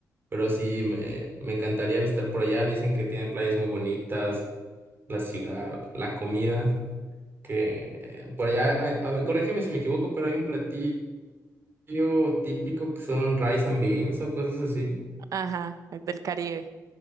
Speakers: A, on the right; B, on the right.
A: Pero sí, me, me encantaría visitar por allá. Dicen que tienen playas muy bonitas, la ciudad, la comida, que eh, por allá, hay- a ver, corrígeme si me equivoco, pero hay un platillo platillo típico que son rice and beans o cosas así.
B: Ajá, es del Caribe.